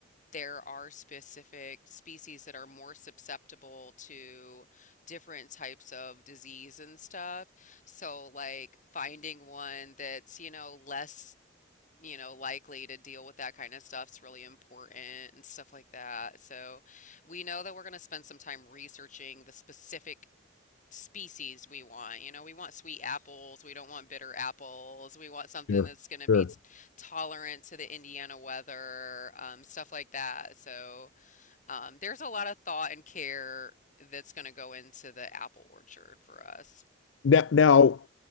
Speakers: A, on the left; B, on the left.
A: there are specific species that are more susceptible to different types of disease and stuff. So, like finding one that's, you know, less, you know, likely to deal with that kind of stuff's really important and stuff like that. So, we know that we're going to spend some time researching the specific species we want. You know, we want sweet apples. We don't want bitter apples. We want something
B: Sure,
A: that's going to
B: sure.
A: be t- tolerant to the Indiana weather, um, stuff like that. So, um, there's a lot of thought and care that's going to go into the apple orchard for us.
B: Now, now,